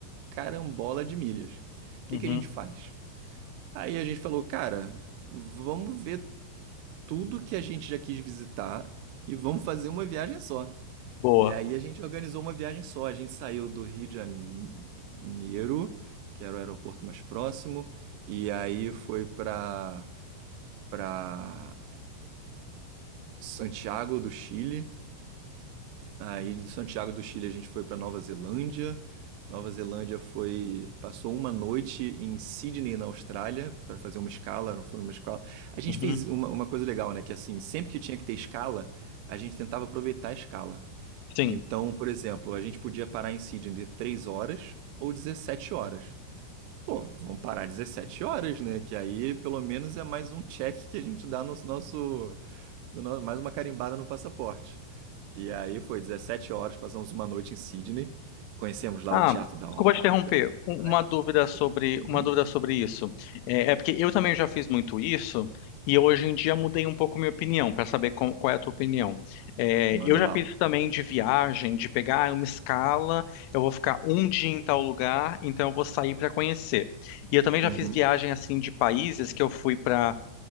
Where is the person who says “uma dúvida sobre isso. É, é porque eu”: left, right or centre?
Left